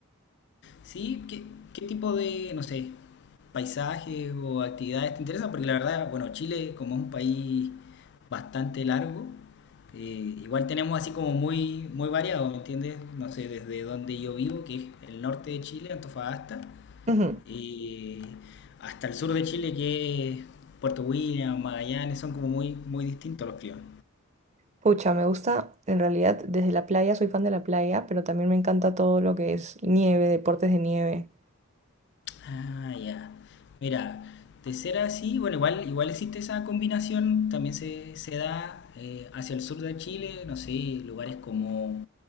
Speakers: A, on the left; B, on the right.
A: Sí, ¿qué, qué tipo de, no sé, paisajes o actividades te interesan? Porque la verdad, bueno, Chile como es un país bastante largo, eh, igual tenemos así como muy, muy variado, ¿me entiendes? No sé, desde donde yo vivo, que es el norte de Chile, Antofagasta,
B: Ujú.
A: eh, hasta el sur de Chile, que es Puerto William, Magallanes, son como muy, muy distintos los climas.
B: Pucha, me gusta, en realidad, desde la playa, soy fan de la playa, pero también me encanta todo lo que es nieve, deportes de nieve.
A: Ah, ya. Mira, de ser así, bueno, igual, igual existe esa combinación, también se, se da eh, hacia el sur de Chile, no sé, lugares como,